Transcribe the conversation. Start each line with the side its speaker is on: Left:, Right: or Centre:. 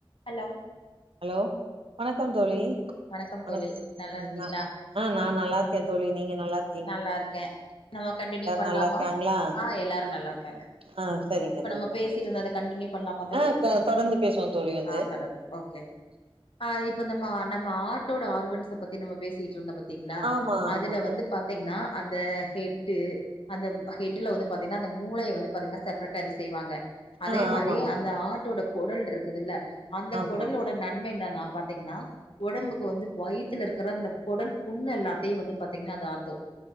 Left: ஹலோ
Right: ஹலோ வணக்கம் தோழி
Left: வணக்கம்
Right: வணக்கம்
Left: தோழி நல்லா இருக்கீங்களா
Right: நா நா நல்லா இருக்கே தோழி நீங்க நல்லா இருக்
Left: நல்லாருக்கே நம்ப கண்டினியூ பண்ணலாமா
Right: நல்லா இருக்காங்களா
Left: ஆ எல்லாரும் நல்லா இருக்காங்க
Right: ஆ சரிங்க
Left: இப்ப
Right: தோழி
Left: நம்ம
Right: வந்து
Left: பேசிட்டு இருந்தத கண்டினியூ பண்ணலாமா தோழி
Right: ஆ தொடர்ந்து பேசுவோம் தோழி வந்து
Left: ஆ தொடர்ந்து ஓகே ஆ இப்ப நம்ம நம்ம ஆட்டோட ஆர்கன்ஸ்ச பத்தி நம்ப பேசிட்டு இருந்தோ பாத் தீங்களா
Right: ஆமா
Left: அதுல
Right: ஆமா தோழி
Left: வந்து பா த்தீங்னா அந்த ஹெட்டு அந்த ஹெட்டுல வந்து பாத்தீங்னா அந்த மூளைய வந்து பாத்தீங்னா அது செய்வாங்க அதே
Right: ஆ
Left: மாறி
Right: ஆமா
Left: அந்த ஆட்டோட குடல் இருக்குதுல்ல அந்த
Right: ஆமா
Left: குடலோட
Right: ஆமா
Left: நன்மை என்னான்னா பாத்தீங்னா உடம்புக்கு
Right: ம்
Left: வந்து வயித்துல இருக்கிற அந்த குடல் புண்ணு எல்லாத்தையு வந்து பாத்தீங்னா அது ஆத்தோ